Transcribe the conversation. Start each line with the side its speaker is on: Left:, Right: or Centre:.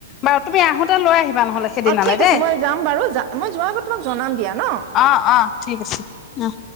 Left: বাৰু তুমি আহোতে লৈ আহিবা নহ'লে সেইদিনালে
Right: অ ঠিক
Left: দেই
Right: আছে মই যাম বাৰু যা মই যোৱাৰ আগত তোমাক জনাম দিয়া ন?
Left: অ‌ অ ঠিক আছে উম